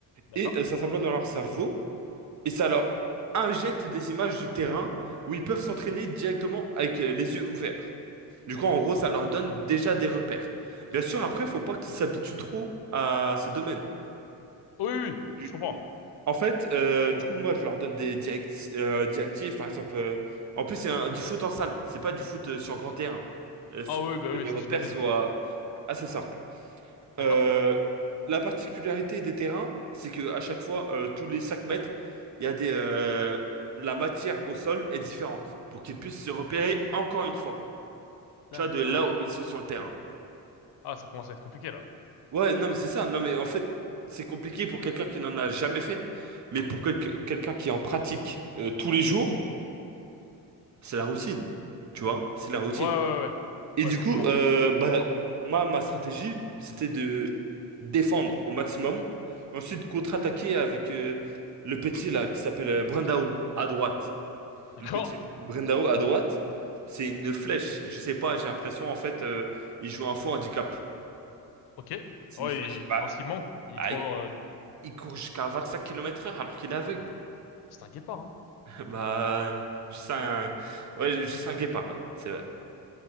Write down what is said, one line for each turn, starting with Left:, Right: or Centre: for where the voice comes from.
Left: D'accord.
Right: et euh, ça s'implante dans leur cerveau, et ça leur injecte des images du terrain où ils peuvent s'entraîner directement avec euh, les yeux ouverts. Du coup, en gros, ça leur donne déjà des repères. Bien sûr, après, faut pas qu'ils s'habituent trop à ce domaine.
Left: Oui, oui, oui,
Right: Du-
Left: je comprends.
Right: En fait, euh, du coup, moi, je leur donne des direct- euh, directives, par exemple. euh, en plus, c'est un- du foot en salle, c'est pas du foot euh, sur grand terrain. Il faut
Left: Ah oui, bah
Right: que
Left: oui,
Right: les
Left: ça
Right: repères
Left: j'imagine,
Right: soient
Left: oui.
Right: assez simples.
Left: D'accord.
Right: Euh, la particularité des terrains, c'est que à chaque fois, euh, tous les 5 mètres, il y a des, euh, la matière au sol est différente pour qu'ils puissent se repérer encore une fois.
Left: D'accord.
Right: Tu vois, de là où ils sont sur le terrain.
Left: Ah, ça commence à être compliqué là.
Right: Ouais, non, mais c'est ça. Non, mais en fait, c'est compliqué pour quelqu'un qui n'en a jamais fait, mais pour quel- quelqu'un qui en pratique euh, tous les jours, c'est la routine. Tu vois, c'est la routine.
Left: Ouais, ouais, ouais. Ouais, Ouais,
Right: Et
Left: Ouais,
Right: du
Left: forcément.
Right: coup, euh, bah, moi, ma stratégie, c'était de défendre au maximum. Ensuite, contre-attaquer avec euh, le petit là qui s'appelle euh, Brendao à droite.
Left: D'accord.
Right: Le petit Brendao à droite, c'est une flèche. Je sais pas, j'ai l'impression en fait, euh, il joue un faux handicap.
Left: Ok.
Right: C'est
Left: Ouais,
Right: une flèche.
Left: il-
Right: Bah,
Left: tu penses qu'il ment? Il
Right: ah,
Left: est trop.
Right: il
Left: euh,
Right: il court jusqu'à 25 km/h alors qu'il est aveugle.
Left: C'est un guépard, hein.
Right: <laughs> Bah, juste un, ouais, juste un guépard, ouais, c'est vrai.